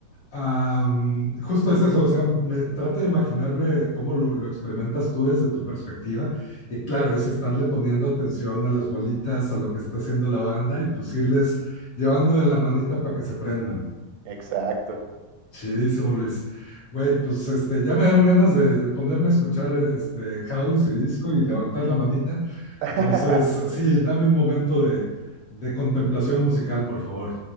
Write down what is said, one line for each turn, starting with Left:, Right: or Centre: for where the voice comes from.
Left: Am, justo es eso, o sea, me, trato de imaginarme cómo lo, lo experimentas tú desde tu perspectiva. Y claro, es estarle poniendo atención a las bolitas, a lo que está haciendo la banda y pues irles llevando de la manita para que se prendan.
Right: <laughs> Exacto.
Left: Chidísimo, Luis. Güey, pues este, ya me dieron ganas de ponerme a escuchar eh, este house y disco y levantar la manita.
Right: <laughs>
Left: Entonces, sí, dame un momento de, de contemplación musical, por favor.